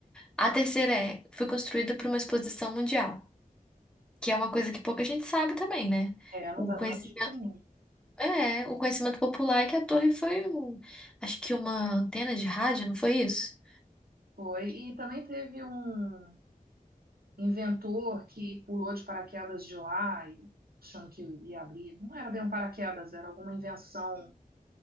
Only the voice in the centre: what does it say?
A terceira é: fui construída para uma exposição mundial, que é uma coisa que pouca gente sabe também, né?
O
conhecimento
É, o conhecimento popular é que a torre foi um, acho que uma antena de rádio, não foi isso?